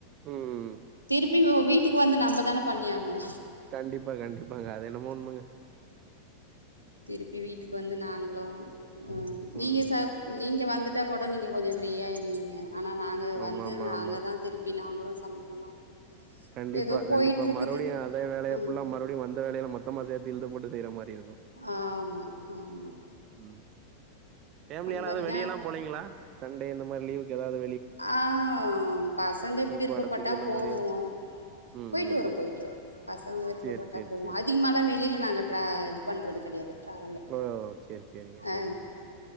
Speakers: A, on the right; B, on the left.
A: ம்
B: திருப்பி வீட்டுக்கு வந்து நம்ப தான பண்ணியாகணு
A: கண்டிப்பா கண்டிப்பாங்க அது என்னமோ உண்மங்க
B: திருப்பி வீட்டுக்கு வந்து நாங்களு ம் நீங்க
A: ம்
B: சார் நீங்க வா ன்ட்ட கூட நீங்க கொஞ்சோ ஃப்ரீயாயிடுவீங்க ஆனா நாங்க
A: ஆமாமாமா.
B: வந்து நாங்க தா திருப் பி நாங்களு சமைக்கிற மாரி
A: கண்டிப்பா
B: ஏதோ
A: கண்டிப்பா
B: போயிட்டுருக்குது.
A: மறுவடியு அதே வேலயல்லா
B: ம்.
A: ஃபுள்ள மறுவடி வந்த வேலையில மொத்தமா சேத்து இழுத்து போட்டு செய்ற மாரி இருக்கும்
B: ஆமா ஆமா
A: ம் பேமிலி
B: அந்த
A: ஆனது
B: மாரி
A: வெளிய
B: தான்
A: எல்லா போலேங்களா சண்டே இந்த மாரி லீவுக்கு ஏதாவது
B: ஆ பசங்க விருப்பப்பட்டா
A: படத்துக்கு இந்த
B: போகுவோ
A: மாரி எது ம்
B: போயிட்டு
A: ம்
B: வரும்
A: ம்
B: போயிட்டு வரும் பசங்க விருப்பப்பட்டால்
A: சேரி சேரி
B: போவோம்
A: சேரி
B: அதிகமாலாம் வெளியில நாங்க ட்ரா இது பண்ணுறது கிடையாது ட்ராவல
A: ஓ சேரி சேரிங்க
B: ஆ
A: சேரிங்க